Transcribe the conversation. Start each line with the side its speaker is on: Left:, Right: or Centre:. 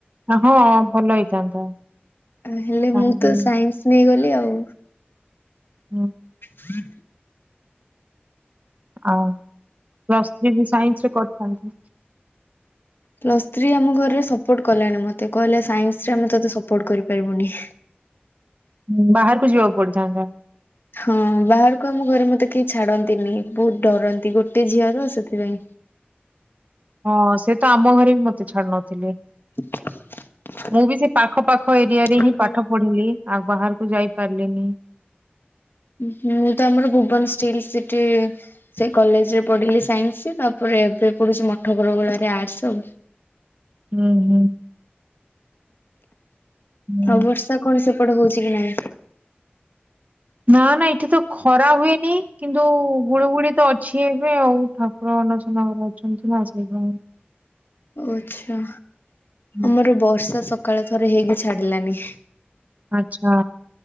Right: ଆଁହଁ ଭଲ ହେଇଥାନ୍ତା।
Left: ହେଲେ
Right: ତାହେଲେ
Left: ମୁଁ ତ ସାଇନ୍ସି ନେଇଗଲି ଆଉ।
Right: ହୁଁ।
Left: ହୁଁ
Right: ଆଉ। ପ୍ଲସ୍ ଥ୍ରୀ ବି ସାଇନ୍ସି ବି କରିଥାନ୍ତି।
Left: ପ୍ଲସ୍ ସ୍ତ୍ରୀ ଆମ ଘରେ ସପୋର୍ଟ କଲାଣି ମତେ କହିଲା ସାଇନ୍ସି ରେ ଆମେ ତତେ ସପୋର୍ଟ କରିପାରିବୁନି।
Right: ହୁଁ ବାହାରକୁ ଯିବାକୁ ପଡିଥାନ୍ତା।
Left: ହଁ ବାହାରକୁ ଆମ ଘରେ ମତେ କେହି ଛାଡନ୍ତିନି ବହୁତୁ ଡରନ୍ତି ଗୋଟେ ଝିଅ ତ ସେଥିପାଇଁ।
Right: ହଁ ସେ ତ ଆମ ଘରେ ବି ମତେ ଛାଡୁ ନଥିଲେ।
Left: <inaudible>
Right: ମୁଁ ବି ସେ ପାଖ ପାଖ ଏରିଆ ରେ
Left: ଓହୋ।
Right: ହିଁ ପାଠ ପଢିଲି ଆଉ ବାହାରକୁ ଯାଇ ପାରିଲିନି।
Left: ହୁଁ ମୁଁ ତ ଆମର ଭୁବନ ଷ୍ଟିଲ୍ ସିଟି ସେ କଲେଜେ ରେ ପଢିଲି ସାଇନ୍ସି ତାପରେ ଏବେ ପଢୁଛି ମଠକରଗୋଳାରେ ଆର୍ଟସ ଆଉ।
Right: ହୁଁ ହୁଁ। ହୁଁ।
Left: ଆଉ ବର୍ଷା କଣ ସେପଟେ ହଉଛି କି ନାଇଁ?
Right: ହଁ ନାଇଁ ଏଠି ତ ଖରା ହୁଏନି। କିନ୍ତୁ ଗୁଳୁଗୁଳି ତ ଅ ଛି ଏ ନୁହେଁ ଆଉ। ଠାକୁର ଅନଶନ ଘରେ ଅଛନ୍ତି ନା ସେହିଁ ପାଇଁ।
Left: ଓ ଆଚ୍ଛା।
Right: ହୁଁ
Left: ଆମର ବର୍ଷା ସକାଳେ ଥରେ ହେଇକି ଛାଡିଲାନି।
Right: ଆଚ୍ଛା।